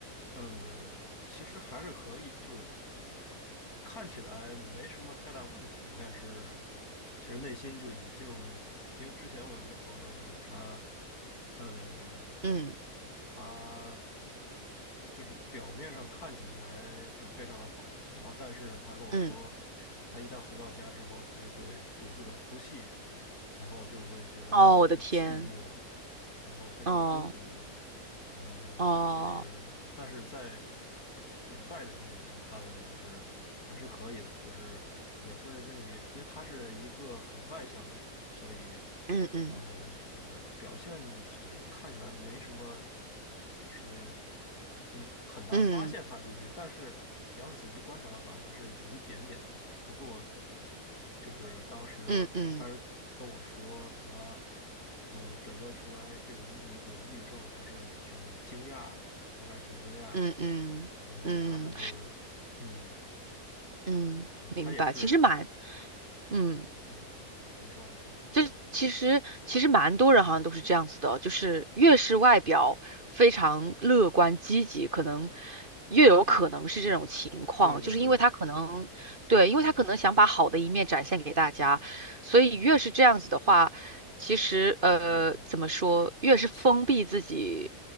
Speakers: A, on the left; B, on the right.
A: 呃，其实还是可以，就是看起来没什么太大问题，但是其实内心就已经，因为之前我有一个朋友，就是他，呃，
B: 嗯
A: 他就是表面上看起来就非常的好，然后但是呢，他跟我说，
B: 嗯，
A: 他一旦回到家之后，他就会独自的哭泣，然后就会觉得特别的寂寞。
B: 哦，我的天，
A: 然后非常的孤独，
B: 哦
A: 呃，
B: 哦，
A: 就是但是在就是外人面前看来，就是还是可以的，就是也会跟你，因为他是一个很外向的人，所以
B: 嗯嗯
A: 嗯、呃就是表现起来就看起来没什么，就是你很难发现他是抑郁，
B: 嗯
A: 但是你要是仔细观察的话，还是有一点点的。不过就是当时他
B: 嗯嗯
A: 跟我说他，呃，诊断出来这个抑郁有抑郁症，还是挺惊讶的，我还是挺惊讶的。
B: 嗯嗯嗯
A: 然后他就是，嗯，
B: 嗯，
A: 对他也是，
B: 明白。其实蛮，嗯。
A: 嗯，你说你说，
B: 就其实其实蛮多人好像都是这样子的，就是越是外表非常乐观积极，可能越有可能是这种情况，
A: 对对对对，
B: 就是因为他可能对，因为他可能想把好的一面展现给大家，
A: 嗯，
B: 所以越是这样子的话，其实呃怎么说，
A: 他越
B: 越是封闭自己，
A: 强，